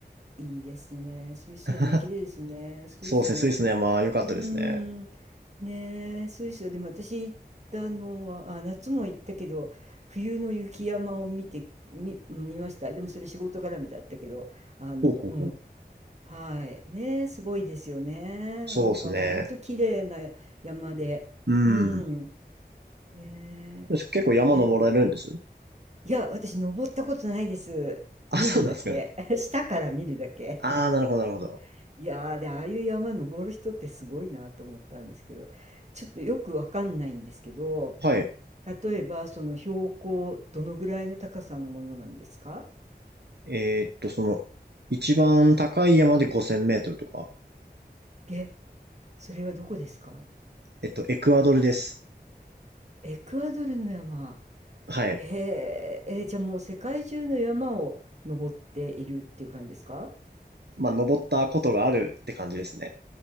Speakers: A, on the right; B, on the right.
A: いいですね。スイスの山、
B: <laughs>
A: 綺麗ですね。スイスも。
B: そうですね。スイスの山、良かったですね。
A: うーん、ねえ、スイスは、でも私行ったのは、あ、夏も行ったけど、冬の雪山を見て、み、見ました。でもそれ仕事絡みだったけど、あの、
B: ほうほうほう。
A: うん、はい。ねえ、すごいですよね。
B: そうですね。
A: なんかもう本当綺麗な山で。
B: うん。
A: うん。ね
B: よし結構山登られるんです
A: え。え、いや、私登ったことないです。
B: あ、
A: 見るだけ。
B: そうなんですかね。
A: <laughs> 下から見るだけ。
B: ああ、なるほど、なるほど。
A: <laughs> いやー、で、ああいう山登る人ってすごいなと思ったんですけど、ちょっとよくわかんないんですけど、
B: はい。
A: 例えばその標高どのぐらいの高さのものなんですか
B: えーっと、その、一番高い山で5000メートルとか、
A: え、それはどこですか
B: えっと、エクアドルです。
A: エクアドルの山。
B: はい。
A: へえ、えーじゃあもう世界中の山を登っているっていう感じですか
B: まあ、登ったことがあるって感じですね。